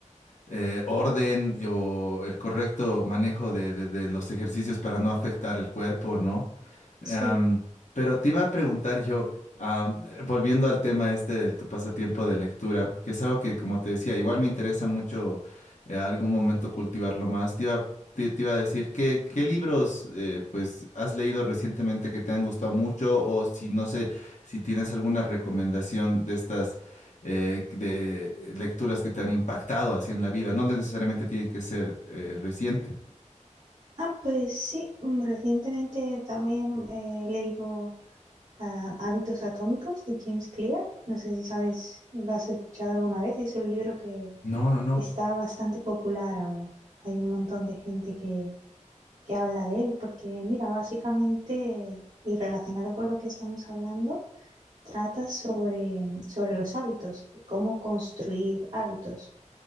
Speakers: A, on the left; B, on the right.
A: eh, orden o el correcto manejo de, de- de los ejercicios para no afectar el cuerpo, ¿no?
B: sí.
A: Am, pero te iba a preguntar yo, am, eh, volviendo al tema este de tu pasatiempo de lectura, que es algo que, como te decía, igual me interesa mucho eh, algún momento cultivarlo más. Te iba, te, te iba a decir, ¿qué, qué libros eh, pues has leído recientemente que te han gustado mucho? O si no sé, si tienes alguna recomendación de estas eh, de lecturas que te han impactado así en la vida. No necesariamente tienen que ser eh, reciente.
B: Ah, pues sí, mm, recientemente también eh, he leído a Hábitos Atómicos de James Clear. No sé si sabes, lo has escuchado alguna vez. Es un libro que,
A: No, no, no.
B: que está bastante popular ahora. Hay un montón de gente que, que habla de él porque, mira, básicamente, y relacionado con lo que estamos hablando, trata sobre, sobre los hábitos y cómo construir hábitos.